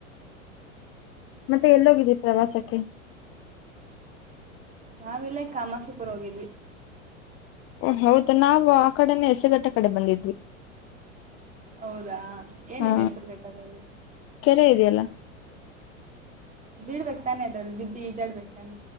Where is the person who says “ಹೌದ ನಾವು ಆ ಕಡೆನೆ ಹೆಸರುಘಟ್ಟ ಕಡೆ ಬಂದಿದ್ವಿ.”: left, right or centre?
Left